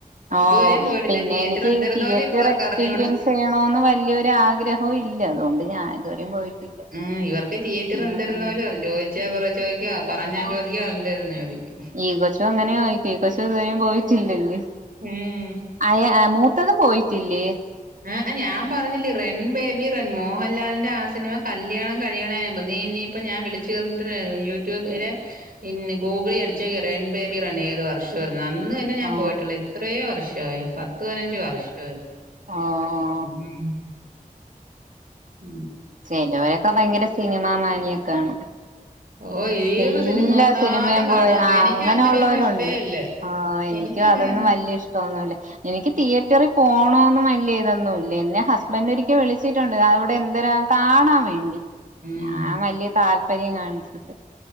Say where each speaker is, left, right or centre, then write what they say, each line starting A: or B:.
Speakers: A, on the right; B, on the right.
A: ഓ
B: ഇതുവരെയും പോയിട്ടില്ല.
A: പിന്നെ
B: തിയേറ്റർ
A: എനിക്ക്
B: എന്തിരുന്നാലും
A: തിയേറ്റർ
B: ഈ പിള്ളേർക്ക്
A: എക്സ്പീരിയൻസ്
B: അറിഞ്ഞൂട.
A: ചെയ്യണന്ന് വലിയൊരു ആഗ്രഹവും ഇല്ല അതുകൊണ്ട് ഞാൻ ഇതുവരെയും പോയിട്ടില്ല.
B: ഉം ഇവർക്ക് തിയേറ്റർ
A: ഉം
B: എന്തിരുന്നലോ ചോദിച്ചാൽ അവർ ചോദിക്കാ പറഞ്ഞാ ചോദിക്കാ എന്തിരുന്നെ ചോദിക്കും.
A: ഈ കൊച്ചോ അങ്ങനെ ചേയിക്കും ഈ കൊച്ചു ഇതു വരോം പോയിട്ടില്ലല്ലേ
B: ഉം
A: അയാ ആ മൂത്തതും പോയിട്ടില്ലേ?
B: ആ ഞാൻ പറഞ്ഞില്ലേ റൺ ബേബി റൺ മോഹൻലാലിന്റെ ആ സിനിമ കല്യാണം കഴിയണനുമ്പ് നീ ഇനി ഇപ്പൊ ഞാൻ വിളിച്ചോണ്ട് വ യൂട്യൂബിലെ പിന്നെ ഗൂഗിളി അടിച്ചുോക്ക്യാറി റൺ ബേബി റൺ ഏത് വർഷ അന്ന് തന്നെ ഞാൻ
A: ഓ
B: പോയിട്ടുള്ള. ഇത്രേ വർഷായി പത്ത് പതിനഞ്ച് വർഷായി
A: ആഹ്.
B: ഉം ഉ.
A: ചെലവരൊക്കെ ഭയങ്കര സിനിമാ മാനിയൊക്കെയാണ്
B: ഓ ഏത്
A: എല്ലാ
B: സിനിമ വന്നാലും
A: സിനിമയും
B: കാണാൻ
A: പോയി ആ
B: എനിക്ക്
A: അങ്ങനെ
B: അങ്ങനെയൊന്നും
A: ഉള്ളവരുണ്ട്.
B: ഇഷ്ടേ അല്ല
A: ആഹ ഇനിക്ക്
B: എനിക്ക് അങ്ങനെയൊന്നും
A: അതൊന്നും വല്ല്യ
B: ഇഷ്ട
A: ഇഷ്ട്ടൊന്നു ഇല്ല എനിക്ക് തിയേറ്ററിൽ പോകണോന്നും വല്ല ഇതൊന്നും ഇല്ല എന്നെ ഹസ്ബൻഡറ് ഒരിക്കൽ വിളിച്ചിട്ടുണ്ട് അവിടെ എന്തരാ കാണാൻ വേണ്ടി
B: ഉം
A: ഞാൻ വലിയ താല്പര്യം കാണിച്ചത്